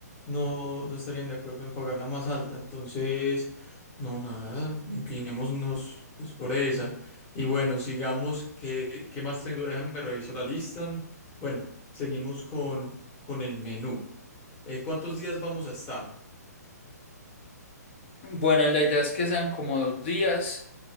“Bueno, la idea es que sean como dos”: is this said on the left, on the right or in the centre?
Left